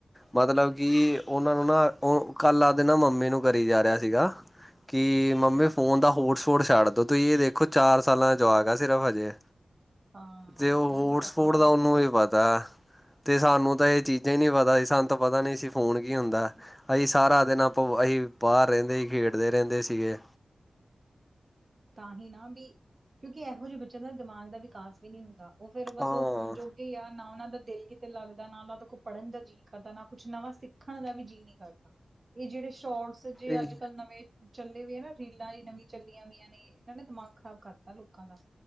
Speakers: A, in the centre; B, on the right.
A: ਮਤਲਬ ਕਿ ਉਹਨਾ ਨੂੰ ਨਾ ਉਹ ਕਲ ਆਪਦੇ ਨਾ ਮੰਮੀ ਨੂੰ ਕਰੀ ਜਾ ਰਿਹਾ ਸੀਗਾ। ਕਿ ਮੰਮੀ ਫੋਨ ਦਾ ਹੋਟ ਸ਼ੋਟ ਛੱਡ ਦੋ ਤੁਸੀ ਇਹ ਦੇਖੋ ਚਾਰ ਸਾਲਾ ਜਵਾਕ ਸਿਰਫ ਹਜੇ।
B: ਹਾਂ
A: ਜੇ ਉਹ
B: ਇਹ
A: ਵੋਸ
B: ਵੀ ਪਤਾ
A: ਸ਼ੋਟ ਦਾ ਉਹਨੂੰ ਹੀ ਪਤਾ। ਤੇ ਸਾਨੂੰ ਤਾਂ ਇਹ ਚੀਜਾ ਹੀ ਨਹੀ ਪਤਾ ਸੀ ਸਾਨੂੰ ਤਾਂ ਪਤਾ ਨੀ ਸੀ ਫੋਨ ਕੀ ਹੁੰਦਾ। ਅਸੀ ਸਾਰਾ ਦਿਨ ਆਪਾ ਅਸੀ ਬਾਹਰ ਰਹਿੰਦੇ ਹੀ ਖੇਡਦੇ ਰਹਿੰਦੇ ਸੀਗੇ।
B: ਤਾਂ ਹੀ ਨਾ ਵੀ, ਕਿਉਕਿ ਇਹੋ ਜਿਹੇ ਬੱਚਿਆਂ ਦਾ ਦਿਮਾਗ ਦਾ ਵਿਕਾਸ ਵੀ ਨਹੀਂ ਹੁੰਦਾ ਉਹ ਫੇਰ ਬਸ
A: ਹਾਂ
B: ਉਹ ਹੁਣ ਜੋ- ਆ ਨਾ ਉਹਨਾਂ ਦਾ ਦਿਲ ਕਿਤੇ ਲੱਗਦਾ, ਨਾ ਉਹਨਾਂ ਦਾ ਕੋਈ ਪੜ੍ਹਨ ਦਾ ਜੀ- ਕਰਦਾ ਨਾ ਕੁਛ ਨਵਾ ਸਿੱਖਣ ਦਾ ਵੀ ਜੀਅ ਨੀ ਕਰਦਾ, ਇਹ ਜਿਹੜੇ ਸ਼ੋਰਟਸ- ਜੇ
A: ਇਹ
B: ਅਜ ਕਲ ਨਵੇਂ ਚੱਲੇ ਹੋਏ ਆ ਨਾ, ਰੇਲਾਂ ਦੀ ਨਵੀ ਚੱਲੀਆਂ ਵੀ- ਇਹਨਾਂ ਨੇ, ਦਿਮਾਗ ਖ਼ਰਾਬ ਕਰਤਾ ਲੋਕਾਂ ਦਾ-